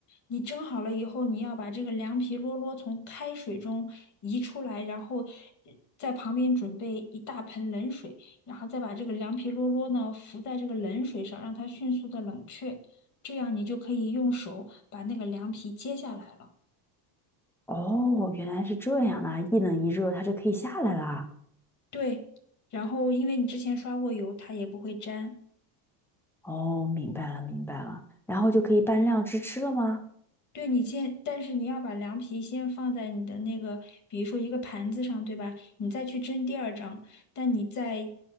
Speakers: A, on the left; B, in the centre.
A: 你蒸好了以后，你要把这个凉皮啰啰从开水中移出来，然后呃在旁边准备一大盆冷水，然后再把这个凉皮啰啰呢浮在这个冷水上，让它迅速的冷却。这样你就可以用手把那个凉皮揭下来了。
B: 哦，哦原来是这样啊！一冷一热，它就可以下来啦。
A: 对，然后因为你之前刷过油，它也不会粘。
B: 哦，明白了，明白了。然后就可以拌料汁吃了吗？
A: 对你先，但是你要把凉皮先放在你的那个，比如说一个盘子上，对吧？你再去蒸第二张，但你在